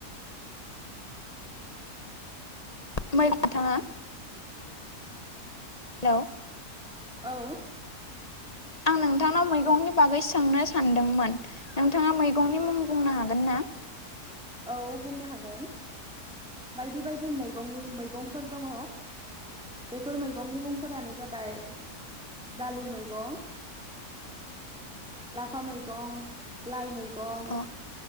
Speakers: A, on the left; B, in the centre.
A: ओमफ्राय नोंथाङा? हेलौ,
B: औ।
A: आं नोंथांनाव मैगंनि बागै सोंनो सानदोंमोन नोंथाङा मैगंनि मुं बुंनो हागोन ना?
B: औ बुंनो हागोन बायदि- बायदि मैगंनि मैगंफोर दङ बेफोर मैगंनि मुंफोरानो जाबाय दालि मैगं लाफा मैगं, लाइ मैगं
A: औ